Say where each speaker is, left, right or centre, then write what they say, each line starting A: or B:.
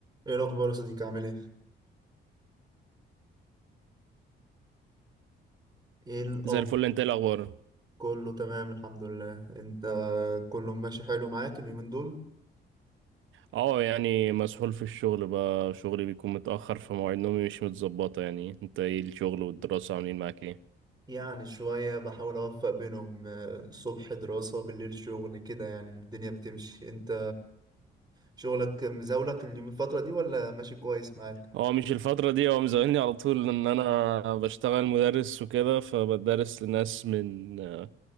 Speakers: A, on the right; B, on the right.
A: ايه الاخبار يا صديقي عامل ايه ايه الاخبار
B: زي الفل انت ايه الاخبار
A: كله تمام الحمد لله انت كله ماشي حلو معاك اليومين دول
B: اه يعني مسحول في الشغل بقى شغلي بيكون متاخر فمواعيد نومي مش متظبطه يعني انت ايه الشغل والدراسه عاملين معاك ايه
A: يعني شوية بحاول اوفق بينهم آه، الصبح دراسة بالليل شغل كده يعني الدنيا بتمشي انت شغلك مزاولك اليوم الفترة دي ولا ماشي كويس معاك
B: هو مش الفتره دي هو مزعلني على طول ان انا بشتغل مدرس وكده فبدرس لناس من آه،